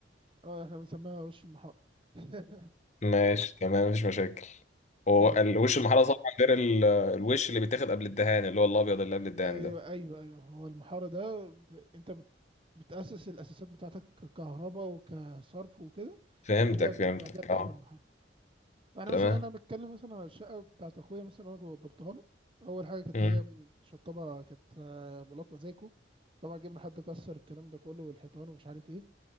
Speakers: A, on the right; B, on the left.
A: اه احنا بنسميها وش المحارة <laughs>
B: ماشي تمام مفيش مشاكل هو
A: اه
B: الوش المحلى طبعا غير ال- الوش اللي بيتاخد قبل الدهان اللي هو الابيض اللي قبل الدهان
A: ايوه
B: ده
A: ايوه ايوه هو المحاره ده ب- انت بت- بتاسس الاساسات بتاعتك ككهرباء وكصرف وكده
B: فهمتك
A: بعدها ب-
B: فهمتك
A: بعدها بتعمل
B: اه
A: محاره فانا
B: تمام
A: مثلا انا بتكلم مثلا على الشقه بتاعت اخويا مثلا انا كنت وضبتها له اول حاجه كانت
B: مم.
A: هي شطبه كانت آه، بلاط مزايكو طبعا جبنا حد كسر الكلام ده كله والحيطان ومش عارف ايه